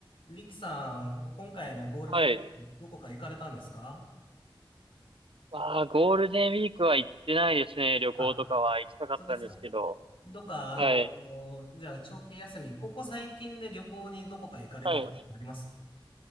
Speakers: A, on the left; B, on the right.
A: リキさん、今回のゴールデンウィーク、
B: はい。
A: どこか行かれたんですか
B: ああ、ゴールデンウィークは行ってないですね。旅行とかは行きたかったんですけど。
A: あ、本当ですか。どっか、あの、
B: はい。
A: こうじゃあ、長期休み、ここ最近で旅行にどこか行かれたとかあります
B: はい。